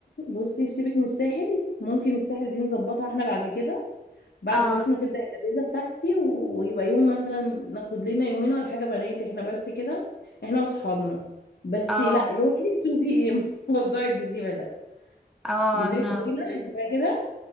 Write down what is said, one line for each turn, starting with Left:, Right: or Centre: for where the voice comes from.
Left: بصي سيبك من الساحل ممكن الساحل دي نظبطها احنا بعد كده بعد
Centre: اه
Left: بس ما تبدأ الأجازة بتاعتي و- ويبقى يوم مثلا ناخد لنا يومين ولا حاجة بنات احنا بس كده احنا واصحابنا بس
Centre: اه
Left: لا روحي شوفي ايه <laughs> موضوع الجزيرة ده
Centre: اه
Left: الجزيرة
Centre: انا
Left: الطويلة اسمها كده